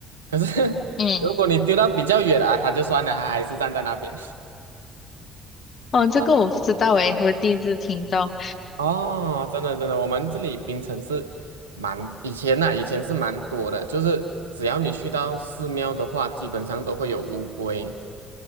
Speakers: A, on the right; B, on the left.
A: 可是 <laughs>
B: 嗯
A: 如果你丢到比较远啊，它就算了，它还是站在那边。
B: 哦，这个我不知道诶，
A: 啊，
B: 我第一次听到。
A: 哦，真的真的，我们这里槟城是蛮以前呐、以前是蛮多的，就是只要你去到寺庙的话，基本上都会有乌龟。